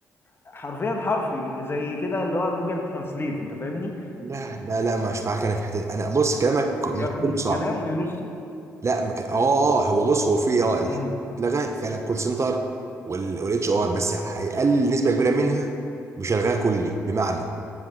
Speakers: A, on the left; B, on the right.
A: حرفيا حرفي زي كده اللي هو جوجل ترانسليت انت فاهمني
B: لا لا لا مش معاك انا في حته انا بص كلامك
A: بياخد
B: مش كله
A: الكلام
B: صح
A: ويرصه
B: لا مك... اه اه هو بص هو في اه الحاجات
A: امم
B: اللي اتلغى فعلا الكول سنتر والاتش ار بس هيقلل نسبه كبيره منها مش هيلغاها كلي بمعنى